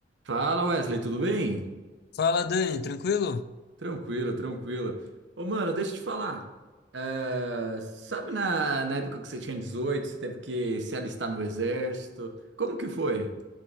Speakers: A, on the right; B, on the left.
A: Fala Wesley, tudo bem?
B: Fala, Dani, tranquilo?
A: Tranquilo, tranquilo. Ô mano, deixa eu te falar. É, sabe na, na época que você tinha 18, você teve que se alistar no exército? Como que foi?